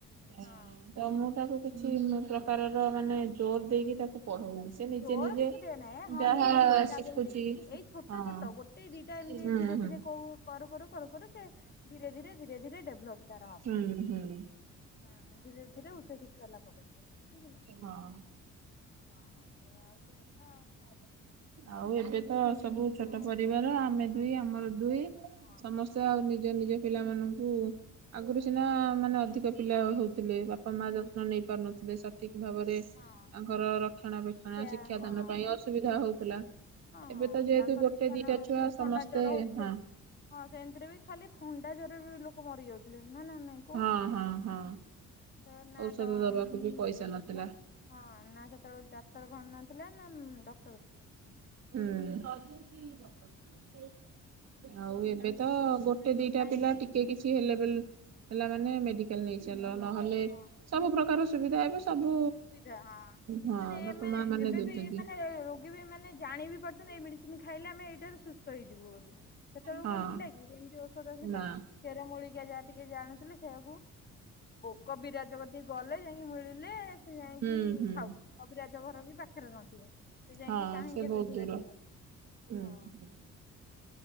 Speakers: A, on the left (about 35°); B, on the right (about 60°).
A: ହଁ।
B: ଏ ତ ମୁଁ ତାକୁ କିଛି ପ୍ରକାରର ମାନେ ଜୋର ଦେଇକି ତାକୁ ପଢଉନି। ସେ ନିଜେ
A: ଜୋର
B: ନିଜେ
A: କିଛି ଦଏ ନାହିଁ ହଁ
B: ଯାହା
A: ନିଜେ ନିଜେ ଯାଉଛନ୍ତି
B: ଶିଖୁଛି
A: ଏଇ ଛୋଟ
B: ହଁ।
A: ଛୋଟ ଗୋ ସେଇ ଦିଟା ଏମିତି
B: ହୁଁ
A: ଧୀରେ
B: ହୁଁ
A: ଧୀରେ କ କରୁ କରୁ କର କରୁ ସେ ଧୀରେ ଧୀରେ ଧୀରେ ଧୀରେ ଡେଭଲପ। ତାର ହବ
B: ହୁଁ ହୁଁ।
A: ହଁ ଧୀରେ ଧୀରେ ଉଚ୍ଚ ଶିକ୍ଷା ଲାଭ କରିବ ଠିକ ନା
B: ହଁ।
A: ହଁ। ଏଇଆ ହଉଛି କଥା ଆଉ କଣ କରିବା।
B: ଆଉ ଏବେ ତ ସବୁ
A: ସେତିକି
B: ଛୋଟ
A: ନହେଲେ
B: ପରିବାର
A: ଆମ
B: ଆମେ ଦୁଇ
A: ଆଉ
B: ଆମର ଦୁଇ ସମ
A: ହଁ
B: ସମସ୍ତେ ଆଉ ନିଜ ନିଜ ପିଲା ମାନଙ୍କୁ ଆଗରୁ ସିନା ମାନେ ଅଧିକ ପିଲା ହଉଥିଲେ। ଯତ୍ନ ନେଇ ପାରୁନଥିଲେ। ଠିକ ଭାବରେ
A: ଏବେ ହଁ
B: ତାଙ୍କର ରକ୍ଷଣା ବକ୍ଷଣା
A: କିଆ
B: ଶିକ୍ଷାଦାନ
A: ହଁ ହଁ
B: ପାଇଁ ଅସୁବିଧା ହଉଥିଲା।
A: ହଁ
B: ଏବେ ତ ଯେହେତୁ
A: ତାଙ୍କର
B: ଗୋଟେ
A: ବି କିଏ
B: ଦିଟା
A: ନଉଥିଲେ
B: ଛୁଆ ସମସ୍ତେ
A: ଥଣ୍ଡା ଜର ହଉଥିଲେ।
B: ହଁ।
A: ହଁ ସେମିତିରେ ବି ଖାଲି ଥଣ୍ଡା ଜରରେ ବି ଲୋକ ମରି ଯାଉଥିଲେ ନା ନା ନାଇଁ କୁଉନା।
B: ହଁ ହଁ ହଁ ଔଷଧ ଦବାକୁ ବି
A: <inaudible>
B: ପଇସା ନଥିଲା।
A: ହଁ ନା ସେତେବେଳେ ଡାକ୍ତର ଭଲ ନଥିଲେ ନା ନା ଡକ୍ଟର ଥିଲେ।
B: ହୁଁ।
A: <inaudible>
B: ଆଉ
A: ସେତେବେଳେ
B: ଏବେ ତ
A: ଏତେ ସୁବିଧା
B: ଗୋଟେ
A: ନଥାଇକି
B: ଦିଟା ପିଲା ଟିକେ କିଛି ହେଲେ ବେ ହେଲା ମାନେ ମେଡିକାଲ ନେଇ ଚାଲ ନହେଲେ
A: ହଁ
B: ସବୁ ପ୍ରକାର ସୁବିଧା ଏବେ। ସବୁ
A: ସୁବିଧା ହଁ
B: ହଁ
A: ମାନେ
B: ବାପା
A: ଏମାନେ
B: ମା ମାନେ
A: ଏବେ
B: ଦଉଛନ୍ତି।
A: ବି ମାନେ ରୋଗୀ ବି ମାନେ। ଜାଣି ବି ପାରୁଛନ୍ତି ଏଇ ମେଡିସିନ ଖାଇଲେ ଆମେ ଏଇଠାରୁ ସୁସ୍ଥ ହେଇଯିବୁ ବୋଲି। ସେତେବେଳକୁ
B: ହଁ
A: କଣ ଥିଲା କି ଏମିତି ଔଷଧ ଥିଲା।
B: ନା
A: ଚେର ମୂଳିକା ଯାହା ଟିକେ ଜାଣୁଥିଲେ ସେଆକୁ ଭୋକ ବିରାଜପତି ଗଲେ ଯାଇ ମିଳିଲେ ସେ ଯାଇକି
B: ହୁଁ ହୁଁ
A: ଖାଉ କବି ରାଜ ଘର ବି ପା ପାଖରେ ନଥିବ ସେ ଯାଇକି
B: ହଁ
A: କାହିଁକି
B: ସେ
A: କେତେ
B: ବହୁତ
A: ଦୂରେ
B: ଦୂର।
A: ଥିବ ହଁ।
B: ହୁଁ ହୁଁ